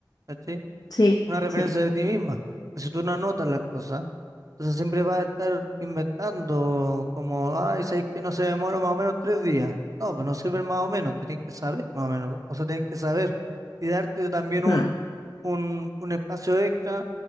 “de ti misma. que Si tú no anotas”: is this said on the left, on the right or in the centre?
Right